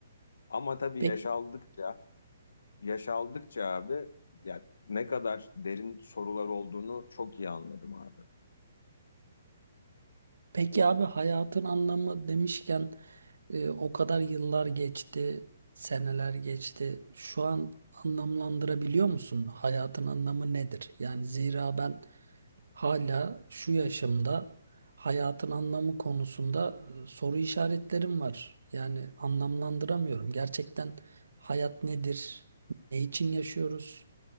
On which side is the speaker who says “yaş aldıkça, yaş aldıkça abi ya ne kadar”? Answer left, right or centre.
Left